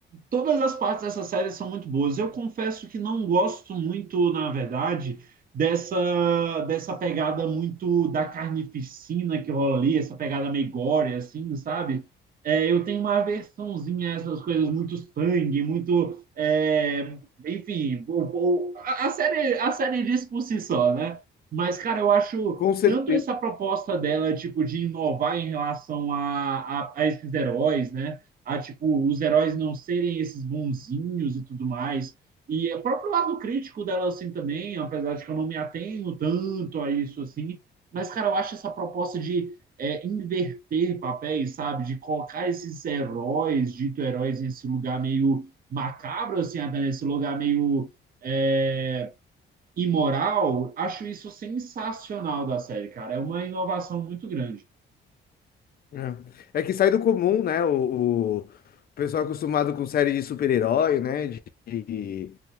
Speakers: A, on the right; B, on the left.
A: todas as partes dessa série são muito boas. Eu confesso que não gosto muito, na verdade, dessa dessa pegada muito da carnificina que rola ali, essa pegada meio gore, assim, sabe? É, eu tenho uma aversãozinha a essas coisas, muito sangue, muito. é, enfim, o- o- a, série, a série diz por si só, né? Mas, cara, eu acho
B: Com certeza.
A: tanto essa proposta dela, tipo, de inovar em relação a, a, a esses heróis, né? a tipo os heróis não serem esses bonzinhos e tudo mais. E é o próprio lado crítico dela assim também, apesar de que eu não me atenho tanto a isso assim, mas cara, eu acho essa proposta de é, inverter papéis, sabe, de colocar esses heróis, dito heróis nesse lugar meio macabro assim, até nesse lugar meio é, imoral, acho isso sensacional da série, cara. É uma inovação muito grande.
B: É. É que sai do comum, né? O, o pessoal acostumado com série de super-herói, né? De, de,